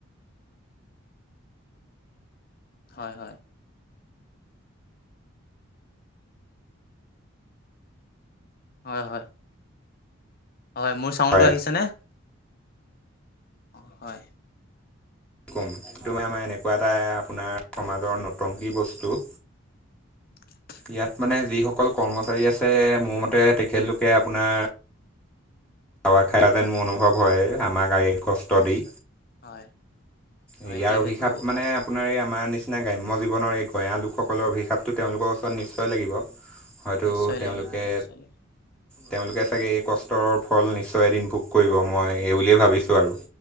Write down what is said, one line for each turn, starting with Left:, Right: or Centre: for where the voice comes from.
Left: হয় হয় হয় হয় হয় মোৰ চাউণ্ডটো
Centre: হয়
Left: আহিছেনে অঁ হয়
Centre: ক'ম তুমাৰ আমাৰ এনেকুৱা এটা আপোনাৰ সমাজৰ নতংকী বস্তু
Left: <unintelligible>
Centre: ইয়াত মানে যিসকল কৰ্মচাৰী আছে মোৰ মতে তেখেতলোকে আপোনাৰ হাৱা খাইা যেন মোৰ অনুভৱ হয়, আমাৰ গাড়ীৰ কষ্ট দি।
Left: হয়। হয়
Centre: ইয়াৰ
Left: যিহেতু
Centre: অভিশাপ মানে আপোনাৰ এই আমাৰ নিচিনা গ্ৰাম্য জীৱনৰ এই গঞয়া লোকসকলৰ অভিশাপটো তেওঁলোকৰ ওচৰত নিশ্চয় লাগিব। হয়তো
Left: নিশ্চয়
Centre: তেওঁলোকে
Left: লাগিব নিশ্চয় লাগিব
Centre: তেওঁলোকে চাগে এই কষ্টৰৰ ফল নিশ্চয় এদিন ভোগ কৰিব মই এই বুলিয়েই ভাবিছোঁ আৰু।